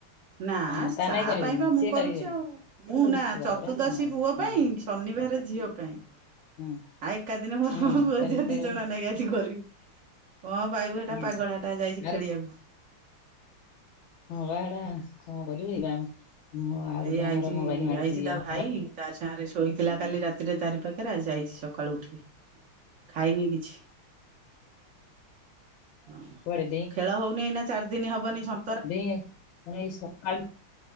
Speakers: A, on the right; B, on the left.
A: ନା
B: ହଁ
A: ତା
B: ନାଇଁ କରିବୁନୁ
A: ପାଇଁ ବା ମୁଁ
B: ସିଏ
A: କରୁଚି
B: କରିବନି
A: ଆଉ ମୁଁ ନା
B: ଛୁଆଗୁରା
A: ଚତୁର୍ଦ୍ଦଶୀ
B: ହଁ
A: ପୁଅ
B: ହଁ
A: ପାଇଁ। ଶନିବାରେ ଝିଅ ପାଇଁ
B: ହଁ
A: ଆଈ କନ୍ଦିଲା ମୋର
B: ହଁ
A: <inaudible> ବାବୁଅ
B: ତାହେଲେ
A: ଦିଅ
B: ତୋର
A: ଦି ଜଣ ନାଇଁ ଆଜି କରିବି। କଁ ପାଇବୁ ଏଟା
B: ହଁ
A: ପାଗଳା ଟା ଯାଇଚି
B: ଆଉ
A: ଖେଳିଆକୁ।
B: ହଁ ବା ଏଟା କଣ କରିବି ବା ମୁଁ ଆଉ
A: ଏଇ
B: ଗୋଟେ
A: ଆଇଛି
B: ଆମର ମୋବାଇଲ୍ ମାଡୁଛି
A: ଆଇଛି
B: ଆମର।
A: ତା ସାଙ୍ଗେରେ ଶୋଇଥିଲା କାଲି ରାତିରେ ତାରି ପାଖେରେ ଆଜି ଯାଇଛି ସକାଳୁ ଉଠିକି ଖାଇନି କିଛି। ହଁ
B: କୁଆଡେ
A: ଖେଳ ହଉନି ଏଇନା ଚାରି ଦିନି ହବନି ସ
B: ଦେଇ ଆଉ ଏଇ ସକାଳୁ